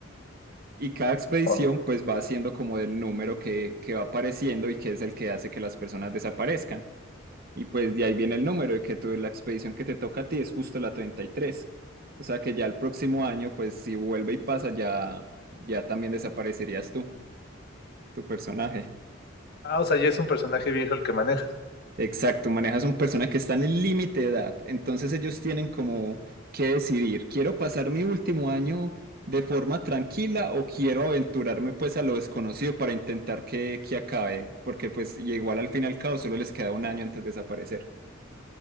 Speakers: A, on the right (about 50°); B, on the left (about 55°).
A: y cada expedición
B: Oh.
A: pues va haciendo como el número que, que va apareciendo y que es el que hace que las personas desaparezcan. Y pues de ahí viene el número de que tú, la expedición que te toca a ti es justo la treinta y tres, O sea que ya el próximo año pues si vuelve y pasa ya, ya también desaparecerías tú, tu personaje.
B: Ah, o sea, ya es un personaje viejo el que manejas.
A: Exacto, manejas un personaje que está en el límite de edad, entonces ellos tienen como que decidir, ¿quiero pasar mi último año de forma tranquila o quiero aventurarme pues a lo desconocido para intentar que, que acabe? Porque pues y igual al fin y al cabo solo les queda un año antes de desaparecer.